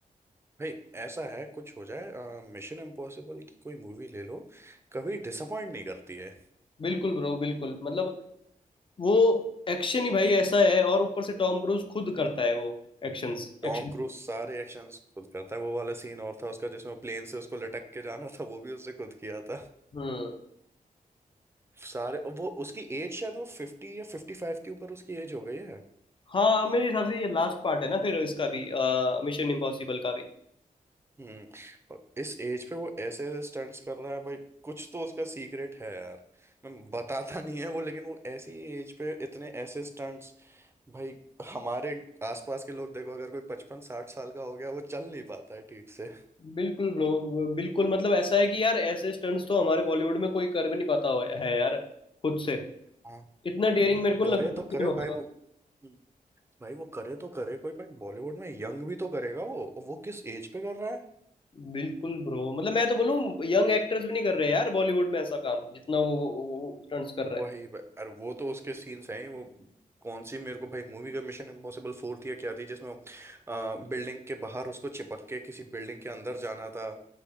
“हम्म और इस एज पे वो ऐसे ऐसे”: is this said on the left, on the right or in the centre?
Right